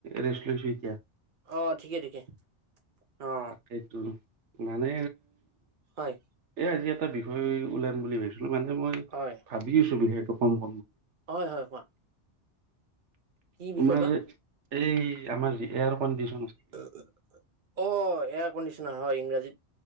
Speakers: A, on the right; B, on the right.
A: ৰেষ্ট লৈছো এতিয়া।
B: অ', ঠিকে, ঠিকে। অ
A: তাকেইটো। মানে
B: হয়
A: এ আজি এটা বিষয় ওলাম বুলি ভাবিছ মানে মই
B: হয়
A: ভাবি আছোঁ বিশেষ <unintelligible>
B: হয়, হয় কোৱা। কি
A: তোমাৰ
B: বিষয় বা?
A: এই আমাৰ যি এয়াৰ কণ্ডিচ
B: অ' এয়াৰ কণ্ডিচ নহ ইংৰাজীত